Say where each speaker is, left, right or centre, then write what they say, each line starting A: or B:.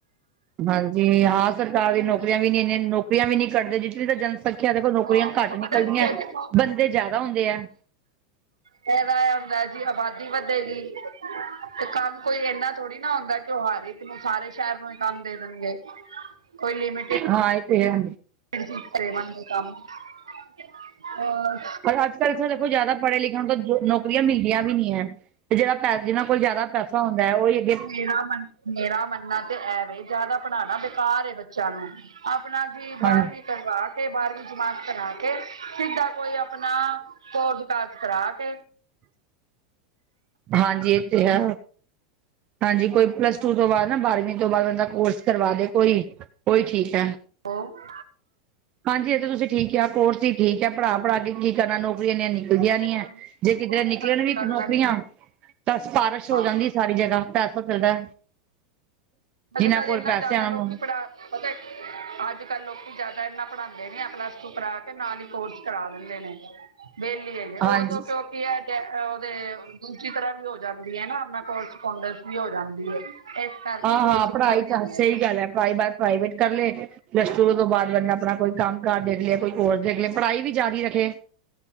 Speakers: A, on the right (about 40°); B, on the right (about 80°).
A: ਹਾਂਜੀ, ਹਾਂ ਸਰਕਾਰੀ ਨੌਕਰੀਆਂ ਵੀ ਨੀ ਇਨ ਨੌਕਰੀਆਂ ਵੀ ਨੀ ਕੱਢਦੇ, ਜਿਤਨੀ ਤਾਂ ਜਨਸੰਖਿਆ ਦੇਖੋ
B: ਉਹ
A: ਨੌਕਰੀਆਂ ਘੱਟ
B: ਉਹ ਪਤਾ
A: ਨਿਕਲਦੀਆਂ,
B: ਕੀ ਹੈ ਦੇਖੋ
A: ਬੰਦੇ ਜ਼ਿਆਦਾ ਹੁੰਦੇ ਹੈ।
B: ਫੇਰ ਐ ਹੁੰਦਾ, ਜੀ ਆਬਾਦੀ ਵਧੇਗੀ, ਤੇ ਕੰਮ ਕੋਈ ਇੰਨਾ ਥੋੜੀ ਨਾ ਹੁੰਦਾ, ਕਿ ਉਹ ਹਰ ਇੱਕ ਨੂੰ, ਸਾਰੇ ਸ਼ਹਿਰ ਨੂੰ ਹੀ ਕੰਮ ਦੇ ਦੇਣਗੇ। ਕੋਈ ਲਿਮਿਟਡ
A: ਹਾਂ ਇਹ ਤੇ ਹੈ।
B: <unintelligible> ਔਰ
A: ਪਰ ਅੱਜ ਕੱਲ੍ਹ ਦੇਖੋ ਜ਼ਿਆਦਾ ਪੜ੍ਹੇ ਲਿਖਣ, ਤੋਂ ਨੌਕਰੀਆਂ ਮਿਲਦੀਆਂ ਵੀ ਨਹੀਂ ਹੈ। ਤੇ ਜਿਹੜਾ ਪੈ, ਜਿਹਨਾਂ ਕੋਲ ਜ਼ਿਆਦਾ ਪੈਸਾ ਹੁੰਦਾ ਉਹਹੀ ਅੱਗੇ
B: <unintelligible> ਕਿਆ ਮੇਰਾ ਮੰਨਣਾ ਤੇ ਐਵੇ ਜ਼ਿਆਦਾ ਪੜ੍ਹਾਉਣਾ ਬੇਕਾਰ ਬੱਚਿਆਂ ਨੂੰ ਆਪਣਾ ਜੀ। ਬਾਰ੍ਹਵੀਂ
A: ਹਾਂ
B: ਕਰਵਾ ਕੇ ਬਾਰ੍ਹਵੀਂ ਜਮਾਤ ਕਰਾ ਕੇ ਸਿੱਧਾ ਕੋਈ ਆਪਣਾ ਕੋਰਸ ਕਾਰਸ ਕਰਾ ਕੇ
A: ਹਾਂਜੀ ਇਹ ਤੇ ਹੈ। ਹਾਂਜੀ, ਕੋਈ ਪਲੱਸ ਟੂ ਤੋਂ ਬਾਅਦ ਨਾ ਬਾਰਵੀਂ ਤੋਂ ਬਾਅਦ ਬੰਦਾ ਕੋਰਸ ਕਰਵਾ ਦੇ ਕੋਈ ਉਹੀ ਠੀਕ ਹੈ।
B: ਹਾਂ
A: ਹਾਂਜੀ ਇਹ ਤਾਂ ਤੁਸੀਂ ਠੀਕ ਆ ਕੋਰਸ ਹੀ ਠੀਕ ਹੈ, ਪੜ੍ਹਾ, ਪੜ੍ਹਾ ਕੇ ਕੀ ਕਰਨਾ ਨੌਕਰੀ ਇਨੀਆਂ ਹੇਨੀ। ਗਿਆ
B: ਹੋਰ
A: ਨੀ ਹੈ, ਜੇ ਕਿਧਰੇ
B: ਕੋਰਸ
A: ਨਿਕਲਣ
B: ਕਾਰਸ
A: ਵੀ
B: ਕਰ
A: ਨੌਕਰੀਆਂ
B: ਲੈਂਦੇ
A: ਤਾਂ ਸਿਫਾਰਸ਼ ਹੋ
B: ਹਾਂ
A: ਜਾਂਦੀ ਸਾਰੀ ਜਗ੍ਹਾ। ਪੈਸਾ ਚਲਦਾ
B: ਅੱਜ
A: ਜਿਨਾਂ
B: ਕੱਲ
A: ਕੋਲ
B: ਇੰਨਾ
A: ਪੈਸੇ
B: ਜ਼ਿਆਦਾ
A: ਆਉਣ
B: ਲੋਕੀ ਪੜ੍ਹਾ ਪਤਾ ਅੱਜ ਕੱਲ ਲੋਕੀ ਜਿਆਦਾ ਇਨਾ ਪੜ੍ਹਾਉਂਦੇ ਨੀ ਹੈ, ਪਲੱਸ ਟੂ ਕਰਾ ਕੇ ਨਾਲ ਹੀ ਕੋਰਸ ਕਰਾ ਦਿੰਦੇ ਨੇ ਵਿਹਲੀ ਹੈਗੇ
A: ਹਾਂਜੀ
B: ਉਹ ਤੋਂ ਕਿਉਂਕਿ ਹੈ, ਉਹਦੇ ਦੂਸਰੀ ਤਰ੍ਹਾਂ ਵੀ ਉਹ ਜਾਂਦੀ ਹੈ, ਨਾ ਆਪ ਕੋਰਸ ਪੋਡਸ ਵੀ ਹੋ ਜਾਂਦੀ ਹੈ। ਕਰਕੇ
A: ਆਹ
B: ਕੋਈ
A: ਹਾਂ ਪੜ੍ਹਾਈ
B: ਚੱਕਰ ਨਹੀਂ
A: ਤਾਂ
B: ਹੁੰਦਾ
A: ਸਹੀ ਗੱਲ ਹੈ, ਪੜ੍ਹਾਈ ਬਸ ਪ੍ਰਾਈਵੇਟ ਕਰ ਲਏ। ਪਲੱਸ ਟੂ ਤੋਂ ਬਾਅਦ ਆਪਣਾ ਕੋਈ ਕੰਮ ਕਾਰਜ ਦੇਖ ਲਿਆ, ਕੋਈ ਕੋਰਸ ਦੇਖ ਲਿਆ ਪੜ੍ਹਾਈ ਵੀ ਜਾਰੀ ਰੱਖੇ।